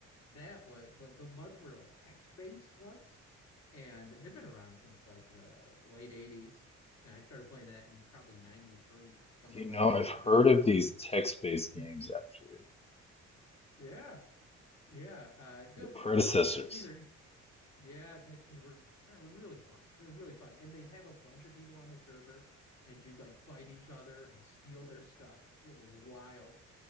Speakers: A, on the left (about 60°); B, on the left (about 20°).
A: That was what the MUDs were like text-based ones, and they've been around since like the late 80s. And I started playing that in probably 93, something
B: You
A: like
B: know,
A: that,
B: I've heard
A: just me
B: of
A: and my
B: these
A: buddy.
B: text-based
A: <laughs>
B: games actually,
A: Yeah. Yeah. Uh, dude,
B: the predecessors.
A: well, that's neither Yeah, they, they were they were really fun. They're really fun. And they'd have a bunch of people on the server and you'd like fight each other and steal their stuff. It was wild.